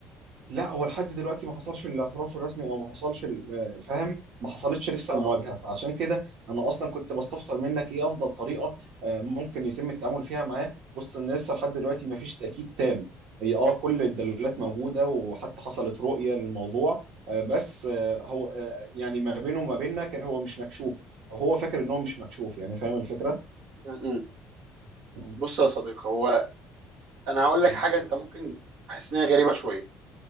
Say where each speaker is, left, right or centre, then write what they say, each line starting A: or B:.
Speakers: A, on the right; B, on the right.
A: لا هو لحد دلوقتي ما حصلش الاعتراف الرسمي او ما حصلش ال- فاهم ما حصلتش لسه
B: اه
A: المواجهه فعشان كده انا اصلا كنت بستفسر منك ايه افضل طريقه آه، ممكن يتم التعامل فيها معاه وسط ان لسه لحد دلوقتي ما فيش تاكيد تام هي اه كل الدلالات موجوده وحتى حصلت رؤيه للموضوع آه، بس آه، هو آه، يعني ما بينه وما بيننا ك- هو مش مكشوف أو هو فاكر ان هو مش مكشوف يعني فاهم الفكره؟
B: م-م.
A: مم.
B: بص يا صديقي هو انا هقول
A: مم.
B: لك حاجه انت ممكن تحس ان هي غريبه شويه